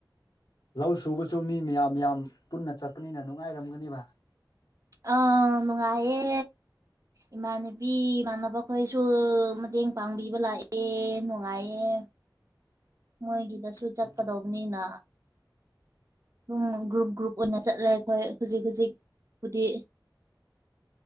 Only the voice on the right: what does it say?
ꯑ ꯅꯨꯡꯉꯥꯏꯌꯦ ꯏꯃꯥꯟꯅꯕꯤ ꯏꯥꯟꯅꯕ ꯈꯣꯏ ꯁꯨ ꯃꯇꯦꯡ ꯄꯥꯡꯕꯤꯕ ꯂꯥꯛꯑꯦ ꯅꯨꯡꯉꯥꯏꯌꯦ ꯃꯣꯏꯒꯤꯗꯁꯨ
ꯆꯠꯀꯗꯧꯕꯅꯤꯅ ꯑꯗꯨꯝ ꯒ꯭ꯔꯨꯞ ꯒ꯭ꯔꯨꯞ ꯎꯟꯅ ꯆꯠꯂꯦ ꯑꯩꯈꯣꯏ ꯍꯨꯖꯤꯛ ꯍꯨꯖꯤꯛꯄꯨꯗꯤ